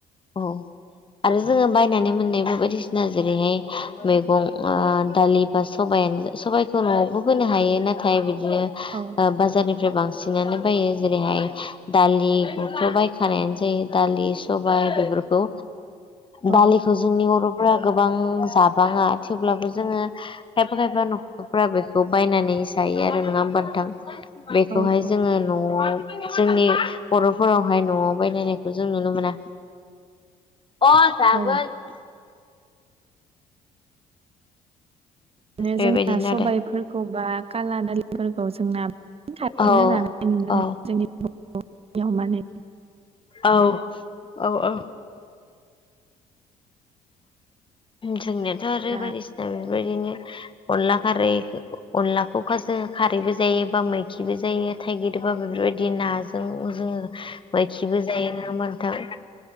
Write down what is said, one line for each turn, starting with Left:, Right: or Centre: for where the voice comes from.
Left: औ आरो जोङो बायनानै मोननायबो बायदिसिना जेरैहाय मैगं दालि सानो सबायखौ न'आवबो होनो हायो नाथाय बिदिनो
Right: औ
Left: बाजारनि ओमफ्राय बांसिनानो बायो जेरैहाय दालिखौथ' बायखानायानो जायो दालि सबाय बेफोरखौ
Right: औ
Left: दालिखौ जोंनि बर'फोरा गोबां जाबाङा थेवब्लाबो जोङो खायफा खायफा न'खरफ्रा बेखौ बायनानै जायो आरो नङा होमबथां बेखौहाय
Right: औ औ
Left: जोङो न'आव जोंनि बर'फोरावहाय न'आव बायलायनाय जों नुनो मोना अ जागोन
Right: औ बिदिनो
Left: बेबायदिनो
Right: जोंना सबायफोरखौ
Left: आरो
Right: बा काला दालिफोरखौ जोंना साजनो
Left: औ
Right: जानाय नुनो
Left: औ
Right: मोनो जोंनि बर'याव माने
Left: औ औ औ जोंनियाथ' आरो
Right: जोंना
Left: बायदिसिना बेफोरबायदिनो अनला खारै अनलाखौ खाजों खारैबो जायो बा मैखिबो जायो थाइगिरबा बेफोरबायदि नाजों जोङो मायखिबो जायो नङा होमबा नोंथां